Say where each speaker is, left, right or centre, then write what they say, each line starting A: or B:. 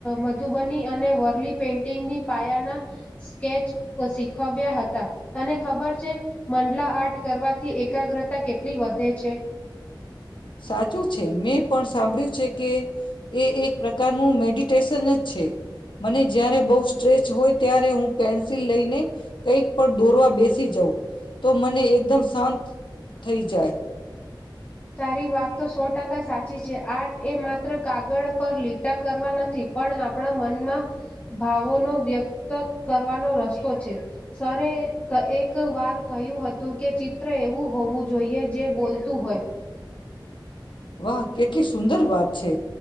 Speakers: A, on the left (about 15°); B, on the left (about 75°).
A: મધુબની અને વરલી પેઇન્ટિંગની પાયાના સ્કેચ પ શીખવ્યા હતા. તને ખબર છે મંડલા આર્ટ કરવાથી એકાગ્રતા કેટલી વધે છે?
B: સાચું છે. મેં પણ સાંભળ્યું છે કે, એ એક પ્રકારનું મેડિ ટેશન જ છે. મને જયારે બઉ સ્ટ્રેચ હોય ત્યારે હું પેન્સિલ લઈને કંઈક પણ દોરવા બેસી જાઉં. તો, મને એકદમ શાંત થઈ જાય.
A: તારી વાત તો સો ટકા સાચી છે. આર્ટ એ માત્ર કાગળ પર લીટા કરવા નથી, પણ આપણા મનમાં ભાવોનો વ્યક્ત કરવાનો રસ્તો છે. સરે એક વાર કહ્યું હતું કે ચિત્ર એવું હોવું જોઈએ, જે બોલતું હોય.
B: વાહ! કેટલી સુંદર વાત છે.